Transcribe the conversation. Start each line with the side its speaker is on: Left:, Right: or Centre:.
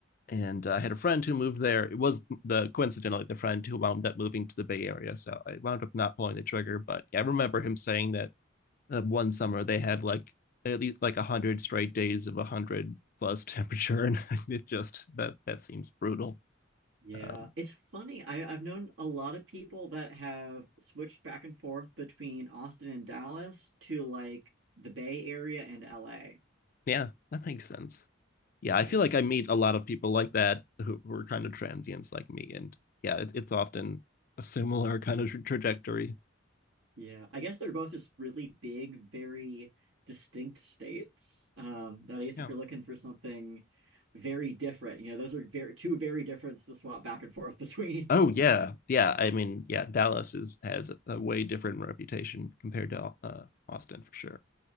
Left: And uh, I had a friend who moved there. It was the coincidentally the friend who wound up moving to the Bay Area. So I wound up not pulling the trigger. But yeah, I remember him saying that uh, one summer they had like at least like 100 straight days of 100 plus <laughs> temperature. And it just, that, that seems brutal.
Right: Yeah,
Left: Um,
Right: it's funny. I, I've known a lot of people that have switched back and forth between Austin and Dallas to like the Bay Area and LA.
Left: yeah, that makes sense. yeah, I feel
Right: It's
Left: like I meet a lot of people like that who, were kind of transients like me, and yeah, it, it's often a similar kind of tra- trajectory.
Right: Yeah, I guess they're both just really big, very distinct states. Um, that I guess
Left: Yeah.
Right: if you're looking for something very different, you know, those are very two very different to swap back and forth between.
Left: Oh
Right: <laughs>
Left: yeah, yeah. I mean, yeah, Dallas is has a, a way different reputation compared to uh, Austin for sure.